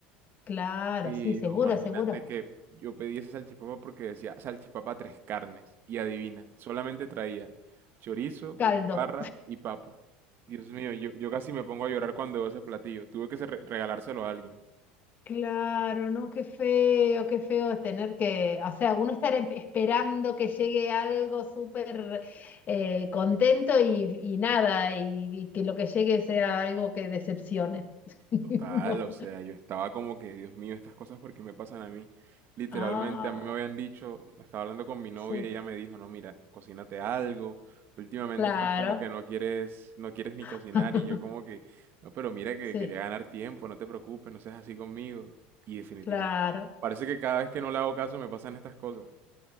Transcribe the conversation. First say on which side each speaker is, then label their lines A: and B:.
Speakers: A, on the left; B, on the right.
A: Claro,
B: Pero
A: sí, seguro,
B: imagínate
A: seguro.
B: que yo pedí esa salchipapa porque decía salchipapa tres carnes. Y adivina, solamente traía chorizo, butifarra
A: Caldo.
B: y papa. Dios mío, yo, yo casi me pongo a llorar cuando veo ese platillo. Tuve que se- regalárselo a alguien.
A: Claro, no, qué feo, qué feo es tener que, o sea, uno estar em- esperando que llegue algo súper eh, contento y, y nada, y, y que lo que llegue sea algo que decepcione. <laughs>
B: Total,
A: No.
B: o sea, yo estaba como que, Dios mío, estas cosas porque me pasan a mí. Literalmente
A: Ah,
B: a mí me habían dicho, estaba hablando con mi novia
A: sí,
B: y ella me dijo, no, mira, cocínate algo. Últimamente
A: claro,
B: estás como que no quieres, no quieres ni cocinar
A: <laughs>
B: y yo como que, no, pero mira que
A: sí,
B: quería ganar tiempo, no te preocupes, no seas así conmigo. Y definitivamente,
A: claro.
B: parece que cada vez que no le hago caso me pasan estas cosas.